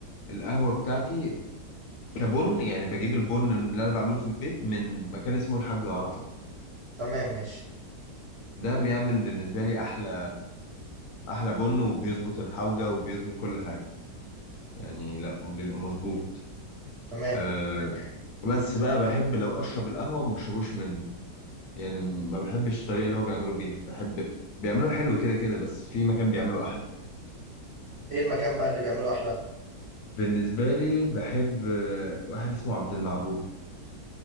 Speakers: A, on the left (about 65°); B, on the right (about 55°).
A: القهوة بتاعتي كبن يعني بجيب البن اللي أنا بعمله في البيت من مكان اسمه الحاج عرفة
B: تمام ماشي
A: ده بيعمل بالنسبة لي أحلى أحلى بن وبيظبط الحوجة وبيظبط كل حاجة يعني لا بيبقى مظبوط
B: تمام
A: أه بس بقى بحب لو اشرب القهوه ما اشربوش منه يعني ما بحبش الطريقه اللي هو بيعملوا بيها بحب بيعملوا حلو كده كده بس في مكان بيعملوا احلى
B: ايه المكان بقى اللي بيعمله احلى
A: بالنسبه لي بحب آه، واحد اسمه عبد المعبود